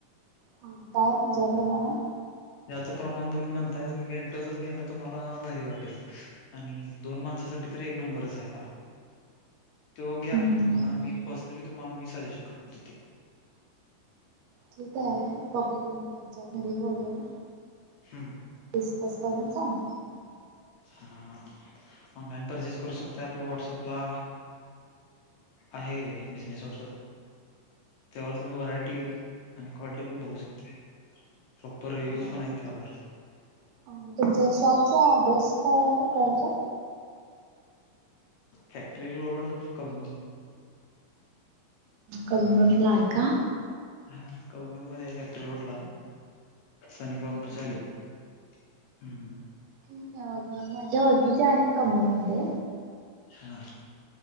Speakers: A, on the right; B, on the left.
A: हा काय जाग्रमा ना
B: त्याच प्रमाणं तुम्ही म्हणताय तुम्ही वेंटोचंच घेणार तुम्हाला भारी वाटेल आणि दोन माणसासाठी तर एक नंबरच आहे तो घ्या
A: हम्म,
B: तम्हाला मी पर्सनली तुम्हाला मी सजेस करतो
A: ठीक आहे बघतो मी यांच्या घरी जाऊन
B: हम्म.
A: डिस्कस करून सांगतो तुम्हाला
B: हा ऑनलाईन परचेस करू शकता आपलं व्हॉट्सॲपला... आहे बिझनेस वॉट्सॲप त्यावर तुम्ही व्हरायटी आणि क्वालिटी पण बघू शकता प्रॉपर रिव्ह्यूज
A: हा ह
B: पण आहेत
A: आहे
B: त्यावर
A: आणि तुमच्या शॉपचा ऍड्रेस हो कळल का
B: फॅक्टरी रोड कबनूर
A: कबनूरला हाय का
B: हा कबनूर मध्ये फॅक्टरी रोडला सनी कॉर्नर
A: हां
B: च्या अलीकड हं-हं
A: काय मग मजा हो तिचे आहेत कमनर मध्ये.
B: हा